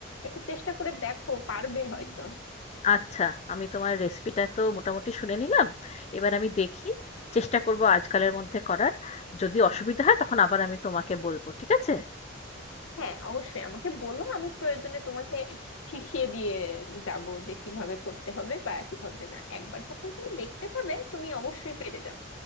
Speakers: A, on the left; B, on the left.
A: একটু চেষ্টা করে দেখো পারবে হয়তো
B: আচ্ছা, আমি তোমার রেসিপিটা তো মোটামুটি শুনে নিলাম। এবার আমি দেখি, চেষ্টা করব আজকালের মধ্যে করার। যদি অসুবিধা হয় তখন আবার আমি তোমাকে বলব। ঠিক আছে?
A: হ্যাঁ অবশ্যই আমাকে বলো আমি প্রয়োজনে তোমাকে শিখিয়ে দিয়ে যাব যে কিভাবে করতে হবে বা কিভাবে না একবার যখন তুমি দেখতে পাবে তুমি অবশ্যই পেরে যাবে